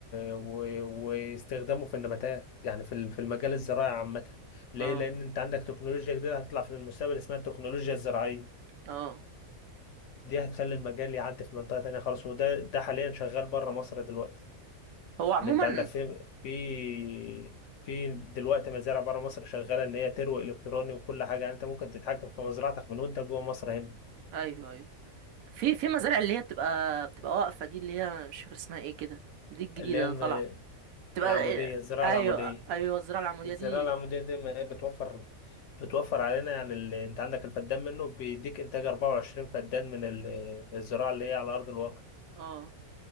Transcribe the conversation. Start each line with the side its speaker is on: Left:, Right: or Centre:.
Left: و... واستخدامه في النباتات يعني في ال- في المجال الزراعي عامة ليه
Right: اه
Left: لان انت عندك تكنولوجيا جديدة هتطلع في المستقبل اسمها التكنولوجيا الزراعية
Right: اه
Left: دي هتخلي المجال يعدي في منطقة تانية خالص وده ده حاليا شغال بره مصر دلوقتي
Right: هو عموما
Left: ان انت عندك في في في دلوقتي مزارع بره مصر شغالة ان هي تروي الكتروني وكل حاجة يعني انت ممكن تتحكم في مزرعتك من وانت جوه مصر هنا
Right: ايوه ايوه في في مزارع اللي هي بتبقى بتبقى واقفة دي اللي هي مش فاكر اسمها ايه كده دي الجديدة
Left: اللي هي
Right: اللي
Left: الم-
Right: طالعة بتبقى
Left: العمودية
Right: آه،
Left: الزراعة
Right: ايوه
Left: العمودية
Right: ايوه الزراعة العمودية
Left: الزراعة
Right: دي
Left: العمودية دي ما هي بتوفر بتوفر علينا يعني ال... انت عندك الفدان منه بيديك انتاج 24 فدان من ال... الزراعة اللي هي على أرض الواقع
Right: اه